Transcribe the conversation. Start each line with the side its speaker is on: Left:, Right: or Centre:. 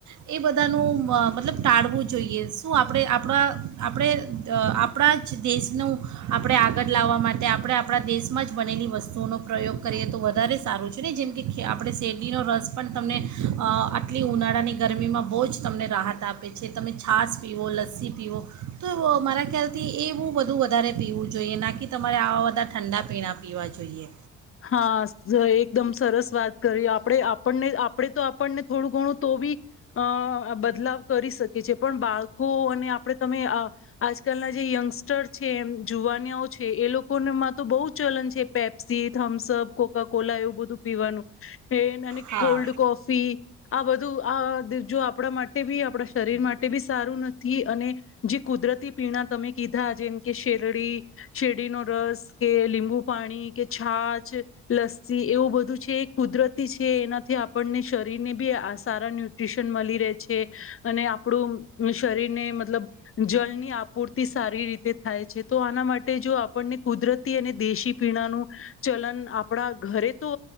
Right: એ બધાનું મ મતલબ ટાળવું જોઈએ શું આપડે આપડા આપડે દ આપડા જ દેશનું આપડે આગળ લાવવા માટે આપડે આપડા દેશમાં જ બનેલી વસ્તુઓનો પ્રયોગ કરીએ તો વધારે સારું છે ને જેમ કે પડે શેરડીનો રસ પણ તમને અ આટલી ઉનાળાની ગરમીમાં બોજ તમને રાહત આપે છે તમે છાસ પીવો લસ્સી પીવો તો મારા ખ્યાલથી એવું બધું વધારે પીવું જોઈએ ના કે તમારે આવા બધા ઠંડા પીણા પીવા જોઈએ.
Left: હા એકદમ સરસ વાત કરી આપડે આપણને આપડે તો આપણને થોડું ઘણું તો બી અ બદલાવ કરી શકીએ છે પણ બાળકો અને આપડે તમે અ આજકાલના જે યંગસ્ટર છે એમ જુવાનયાઓ છે એ લોકોનામાં તો બઉ ચલન છે પેપ્સી થમ્સઅપ, કોકાકોલા એવું બધું પીવાનું પેન અને
Right: હા
Left: કોલ્ડ કોફી આ બધું આ જો આપડા માટે બી આપડા શરીર માટે બી સારું નથી અને જે કુદરતી પીણા તમે કીધા જેમ કે શેરડી શેરડી નો રસ કે લીંબુ પાણી કે લસ્સી એવું બધું છે કુદરતી છે એનાથી આપણને શરીરને બી આ સારા ન્યુટ્રીશન મળી રહે છે અને આપણું શરીરને મતલબ જળની આપૂર્તિ સારી રીતે થાય છે તો આના માટે જો આપણને કુદરતી અને દેશી પીણાનું કલન આપણા ઘરે તો